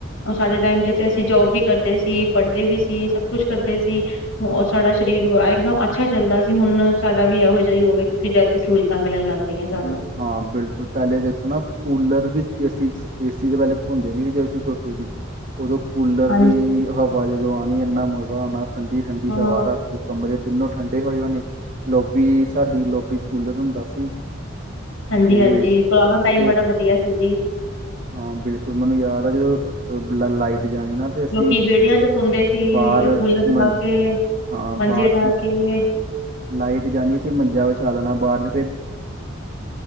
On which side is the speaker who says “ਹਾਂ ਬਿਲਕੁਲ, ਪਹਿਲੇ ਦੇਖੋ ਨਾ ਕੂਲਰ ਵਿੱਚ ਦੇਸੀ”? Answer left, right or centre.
Right